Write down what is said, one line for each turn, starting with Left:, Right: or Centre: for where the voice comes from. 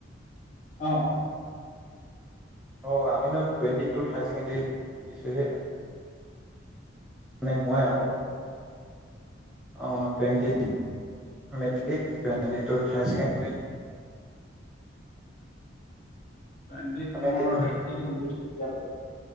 Left: অ
Centre: অ আমিনো টুৱেণ্টি টুত হাই ছেকেণ্ডৰী দিছোহে মানে মই
Left: অ',
Centre: আৰু অঁ টুৱেণ্টি মেট্ৰিক টুৱেণ্টি টুত হায়াৰ ছেকেণ্ডেৰী
Left: টুৱেট
Centre: আমি
Left: মোৰইিই
Centre: মেট্ৰিক
Left: কম্লিট হৈ আৰু